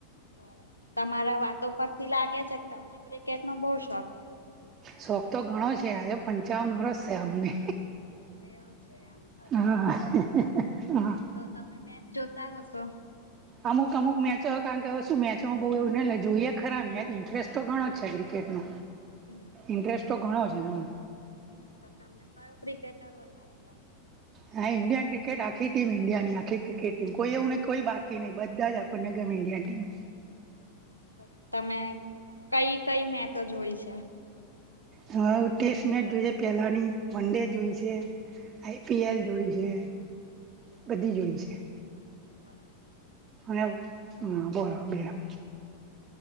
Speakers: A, on the left; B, on the right.
A: બરાબર તમારા વાતો પરથી લાગે છે, કે તમને ક્રિકેટ નો બહ શોખ. છે.
B: શોખ તો ગણો છે આજે પંચાવન વર્ષ થ મને.
A: એવું છે એમ અચ્છા.
B: હા હા.
A: તો તમે મેચ જોતા હશો?
B: અમુક અમુક મેચો કારણ કે શું મેચોમાં બહુ એવું નને લે જોઈએ ખરા મેચ ઇન્ટરેસ્ટ તો ઘણો જ છે ક્રિકેટનો.
A: હમ.
B: ઇન્ટરેસ્ટ તો ઘણો છે એમ.
A: હ તો તમને કયો ક્રિકેટર વધારે પસંદ?
B: હા ઇન્ડિયન ક્રિકે આખી ટીમ ઈન્ડિયાની આખ ક્રિકેટ ટીમ કો એવું નહી કો બાકી નહીં બધા જ આપ અ ઉપનગમ એ અ ટી. <unintelligible>
A: તો તમે કઈ કઈ મેચ જોઈ છે?
B: હ ટેસ્ટ મેચ જોઈ છે પહેલાની વનડે જોઈ છે. આઈ પી એલ જોઈ છે બધી જોઈ છે.
A: બરાબર.
B: અને બોરાબ બેરા.